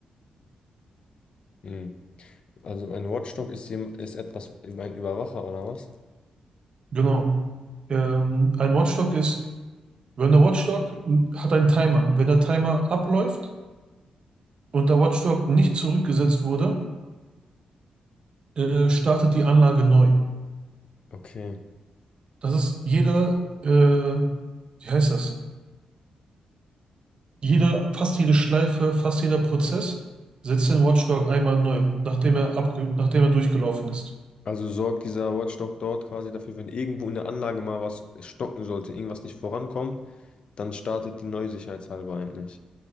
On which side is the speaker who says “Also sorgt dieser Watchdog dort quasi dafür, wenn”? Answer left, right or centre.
Left